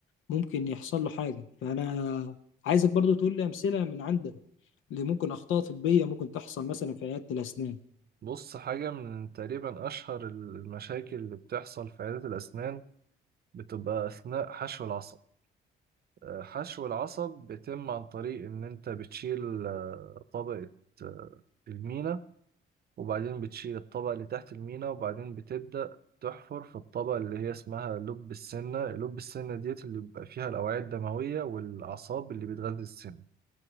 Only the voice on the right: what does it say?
بص حاجة من تقريبا أشهر المشاكل اللي بتحصل في عيادة الأسنان بتبقى أثناء حشو العصب آه، حشو العصب بيتم عن طريق إن أنت بتشيل آه، طبقة آه، المينا وبعدين بتشيل الطبقة اللي تحت المينا وبعدين بتبدأ تحفر في الطبقة اللي هي اسمها لب السنة لب السنة ديت اللي بيبقى فيها الأوعية الدموية والأعصاب اللي بتغذي السن